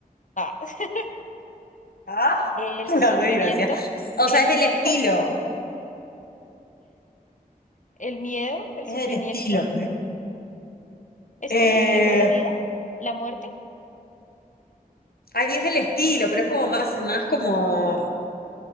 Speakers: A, on the left (about 55°); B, on the left (about 80°).
A: ah, <laughs>
B: Ah,
A: el
B: <laughs> una
A: sufrimiento,
B: re gracia. O
A: el
B: sea, es
A: miedo.
B: del estilo.
A: ¿El miedo, el
B: Es
A: sufrimiento?
B: del estilo. ¿eh?
A: ¿Es
B: Eh,
A: por el estilo de la vida? ¿La muerte?
B: ay, es del estilo, pero es como más, más como.